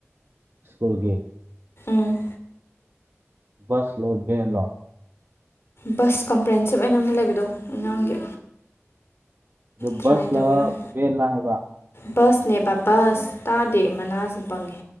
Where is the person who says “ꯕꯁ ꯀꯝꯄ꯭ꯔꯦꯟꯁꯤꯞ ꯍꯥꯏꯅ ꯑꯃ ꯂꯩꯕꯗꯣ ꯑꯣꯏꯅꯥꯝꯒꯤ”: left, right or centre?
Left